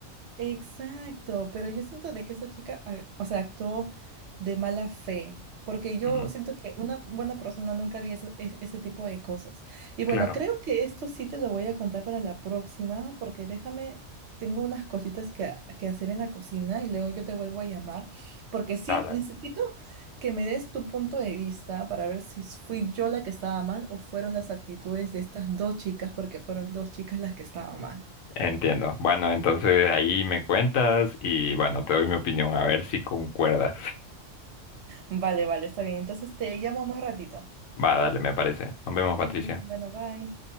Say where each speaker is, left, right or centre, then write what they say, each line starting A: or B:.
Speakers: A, on the right (about 60°); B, on the left (about 75°).
A: Exacto, pero yo siento de que esa chica, ah, o sea, actuó de mala fe, porque yo
B: Mm,
A: siento que una buena persona nunca haría ese, ese- ese tipo de cosas. Y bueno,
B: claro.
A: creo que esto sí te lo voy a contar para la próxima, porque déjame, tengo unas cositas que, ha- que hacer en la cocina y luego yo te vuelvo a llamar, porque sí,
B: Ah, dale.
A: necesito que me des tu punto de vista para ver si fui yo la que estaba mal o fueron las actitudes de estas dos chicas, porque fueron dos chicas las que estaban mal.
B: Entiendo. Bueno, entonces ahí me cuentas y bueno, te doy mi opinión a ver si concuerdas.
A: Vale, vale, está bien. Entonces te llamo más ratito.
B: Va, dale, me parece. Nos vemos, Patricia.
A: Ok, bueno, bye.